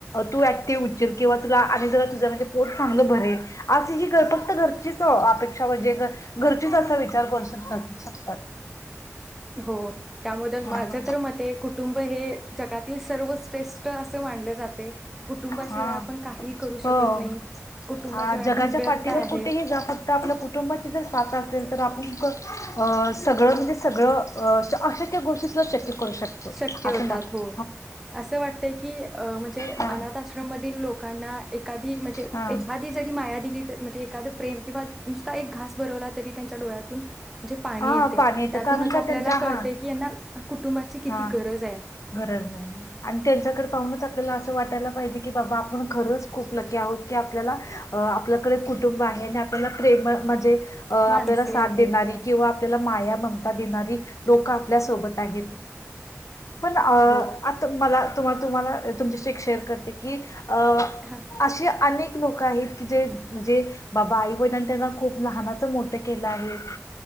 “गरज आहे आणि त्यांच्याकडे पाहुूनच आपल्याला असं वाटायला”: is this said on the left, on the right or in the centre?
Left